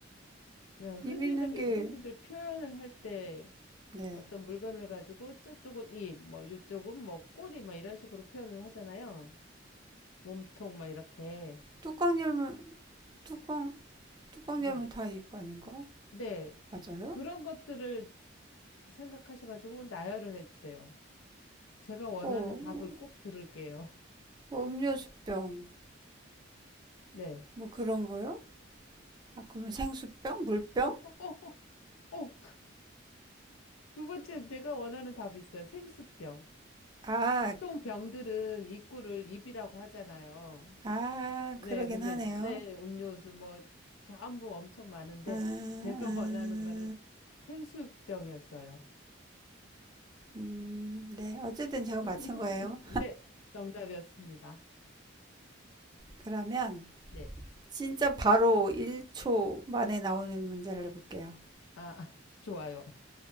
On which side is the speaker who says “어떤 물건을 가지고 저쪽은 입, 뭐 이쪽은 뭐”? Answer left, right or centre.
Left